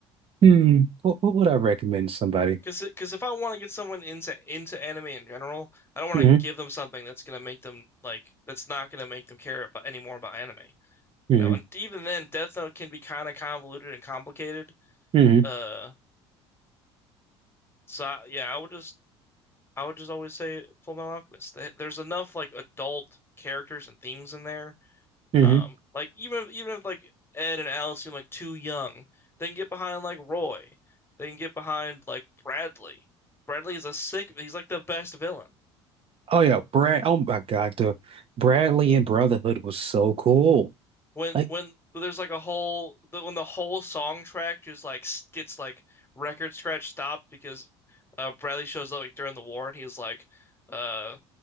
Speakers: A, on the right; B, on the left.
A: Hmm, what, what would I recommend somebody?
B: Cause, it, cause if I want to get someone into into anime in general, I don't want
A: hmm
B: to give them something that's gonna make them like that's not gonna make them care about any more about anime,
A: hmm
B: you know. And even then, Death Note can be kind of convoluted and complicated.
A: hmm
B: Uh, so I, yeah, I would just I would just always say Full Metal Alchemist. There's enough like adult characters and themes in there.
A: hmm
B: Um, like even if, even if like Ed and Alice seem like too young, they can get behind like Roy. They can get behind like Bradley. Bradley is a sick. He's like the best villain.
A: Oh yeah, Brad. Oh my God, the Bradley and Brotherhood was so cool.
B: When
A: Like
B: when there's like a whole when the whole song track just like s- gets like record scratch stopped because uh, Bradley shows up like during the war and he's like, uh,